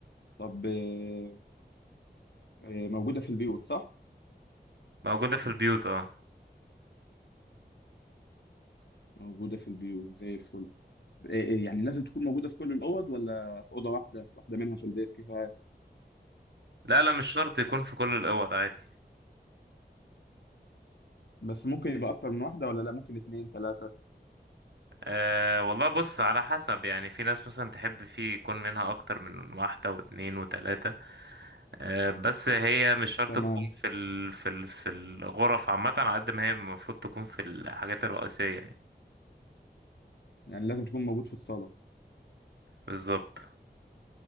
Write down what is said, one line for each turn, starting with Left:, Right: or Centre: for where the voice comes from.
Left: طب آه، آه، موجودة في البيوت صح؟
Right: موجودة في البيوت اه
Left: موجودة في البيوت زي الفل آه، آه، يعني لازم تكون موجودة في كل الأوض ولا في أوضة واحدة واحدة منها في البيت كفاية
Right: لا لا مش شرط يكون في كل الاوض عادي
Left: بس ممكن يبقى أكتر من واحدة ولا لا ممكن اتنين تلاتة
Right: أه والله بص على حسب يعني في ناس مثلا تحب فيه يكون منها أكتر من واحدة واتنين وتلاتة أه بس هي مش شرط
Left: تمام
Right: تكون في ال في ال في الغرف عامة على قد ما هي المفروض تكون في الحاجات الرئيسية يعني
Left: يعني لازم تكون موجود في الصالة
Right: بالظبط